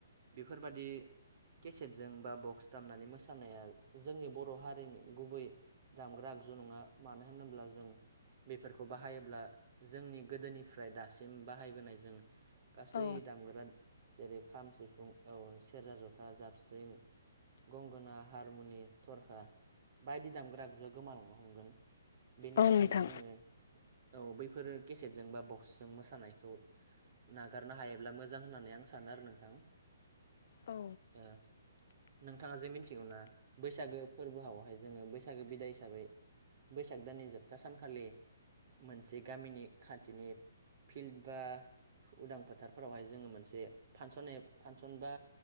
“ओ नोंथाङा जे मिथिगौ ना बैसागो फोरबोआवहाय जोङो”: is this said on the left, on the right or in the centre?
Right